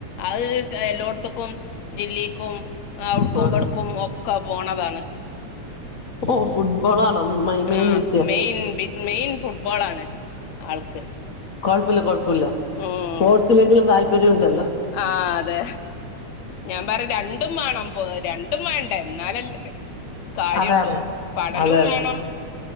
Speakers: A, on the left (about 70°); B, on the left (about 40°).
A: അത് എല്ലോടത്തും ക്ക ജക്കുംടുക്കുംടക്കും
B: ആ
A: ഒക്ക പോണതാണ്
B: ഓ ഫുട്ബോളാണോ മെയിൻ
A: ആ
B: വിഷയം
A: മെ മെയിൻ ഫുട്ബോൾ ആാണ് ആൾക്ക്
B: കുഴപ്പമില്ല കുഴപ്പമില്ല
A: ഉം
B: സ്പോർട്സിലെങ്കിലും താല്പര്യം ഉണ്ടല്ലോ
A: ആ അതെ ഞാൻ പറ രണ്ടും വേണം രണ്ടും വേണ്ട എന്നാലല്ലേ കാര്യള്ളൂ
B: അതെ അതെ
A: പഠനവും
B: അതെ അതെ
A: വേണം